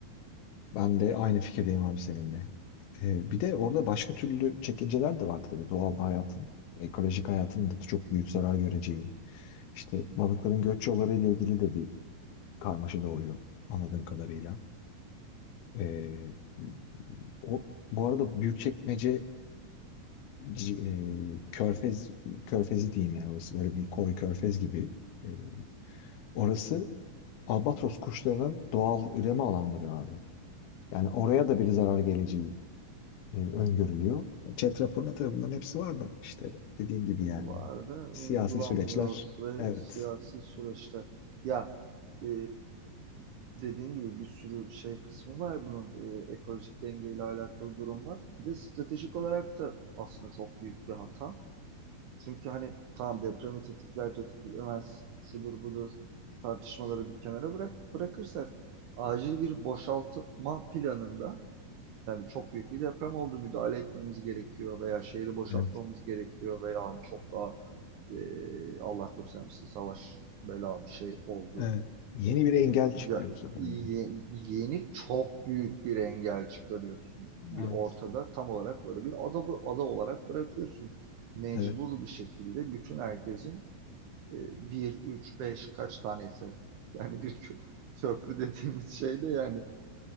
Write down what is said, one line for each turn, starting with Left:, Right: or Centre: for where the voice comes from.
Left: Ben de aynı fikirdeyim abi seninle. Ee, bir de orada başka türlü çekinceler de var tabii. Doğal hayatın, ekolojik hayatın da çok büyük zarar göreceği. İşte balıkların göç yolları ile ilgili de bir karmaşa doğuyor anladığım kadarıyla. Ee, o, bu arada Büyükçekmece c- e, Körfez Körfezi diyeyim yani orası böyle bir koy körfez gibi. Ee, orası albatros kuşlarının doğal üreme alanları abi. Yani oraya da bir zarar geleceği e, öngörülüyor. Chat raporunda tabii bunların hepsi var da işte dediğim gibi yani
Right: Bu arada
Left: siyasi
Right: uygulanmıyor
Left: süreçler.
Right: ve
Left: Evet.
Right: siyasi süreçte ya e, dediğin gibi bir sürü şey kısmı var bunun e, ekolojik dengeyle alakalı durum var. Bir de stratejik olarak da aslında çok büyük bir hata. Çünkü hani tamam depremi tetikler tetiklemez şudur budur tartışmaları bir kenara bırak bırakırsak acil bir boşaltma planında yani çok büyük bir deprem oldu müdahale etmemiz gerekiyor veya şehri boşaltmamız
Left: Evet.
Right: gerekiyor veya hani çok daha e, Allah göstermesin savaş bela bir şey oldu
Left: Evet. Yeni bir engel çıkıyor
Right: ya,
Left: bu sefer
Right: ye-
Left: yani.
Right: yeni çok büyük bir engel çıkarıyorsun
Left: Evet.
Right: bir ortada tam olarak böyle bir ada ada olarak bırakıyorsun. Mecbur
Left: Evet.
Right: bir şekilde bütün herkesin e, bir, üç, beş kaç tanesi yani bir kö- köprü dediğimiz şey de yani